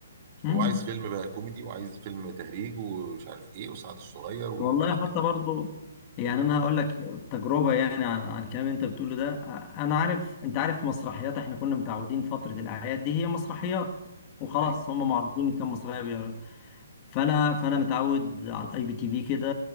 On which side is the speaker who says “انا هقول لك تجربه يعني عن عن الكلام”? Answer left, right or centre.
Left